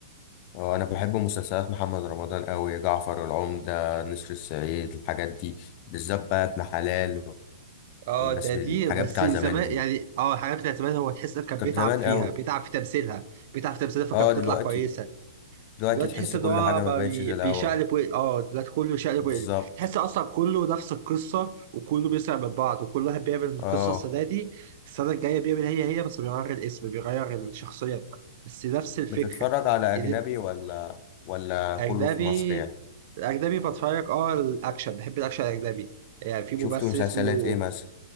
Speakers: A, on the left (about 35°); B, on the right (about 45°).
A: اه انا بحب مسلسلات محمد رمضان قوي جعفر العمدة نسر الصعيد الحاجات دي بالذات بقى ابن حلال
B: اه
A: والناس
B: ده
A: بال-
B: دي
A: الحاجات
B: بس
A: بتاع
B: زمان
A: زمان دي
B: يعني اه الحاجات بتاعت زمان هو تحس إن كان بيتعب
A: كانت زمان
B: فيها
A: قوي
B: بيتعب في تمثيلها بيتعب في تمثيلها فكانت
A: اه
B: بتطلع
A: دلوقتي
B: كويسه
A: دلوقتي
B: دلوقتي
A: تحس
B: تحس ان
A: كل
B: هو
A: حاجة
B: بقى
A: ما بقتش
B: بي-
A: زي الاول
B: بيشقلب ويقلب اه دلوقتي كله شقلب
A: بالظبط
B: ويقلب تحس اصلا كله نفس القصه وكله بيسرق من بعض وكل واحد بيعمل القصه
A: اه
B: السنه دي السنه الجايه بيعمل هي هي بس بيغير الاسم بيغير الشخصيه بتاع- بس نفس الفكره
A: بتتفرج على اجنبي
B: ال-
A: ولا ولا
B: اجنبي
A: كله في مصر يعني
B: الاجنبي بتفرج اه الاكشن بحب الاكشن الاجنبي يعني في ممثل
A: شفت مسلسلات
B: اسمه
A: ايه مثلا